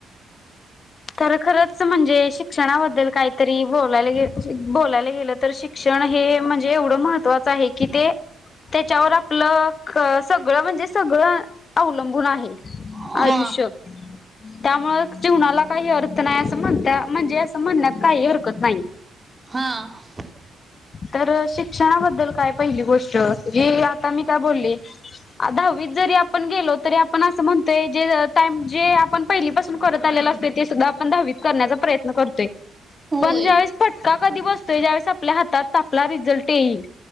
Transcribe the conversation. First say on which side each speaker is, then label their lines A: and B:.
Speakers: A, on the left; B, on the right.
A: तर खरंच! म्हणजे शिक्षणाबद्दल काहीतरी बोलायला गेलं, बोलायला गेलं तर शिक क्षण हे म्हणजे एवढं महत्वाचं आहे की, ते त्याच्यावर आपलं कस सगळं म्हणजे सगळं अवलंबून आहे
B: हा
A: आयुष्य. त्यामुळे जीवनाला काही अर्थ नाही. असं म्हणता म्हणजे असं म्हणण्यात काही हरकत नाही.
B: हां
A: तर शिक्षणाबद्दल काय पहिली गोष्ट, जी आता मी काय बोलली? दहावीत जरी आपण गेलो तरी आपण असं म्हणतोय, जे टाईम जे आपण पहिलीपासून करत आलेल असतोय ते सुद्धा आपण दहावीत करण्याचा प्रयत्न करतोय.
B: होय
A: पण ज्यावेळेस फटका कधी बसतोय. ज्यावेळेस आपल्या हातात तापला रिझल्ट येईल.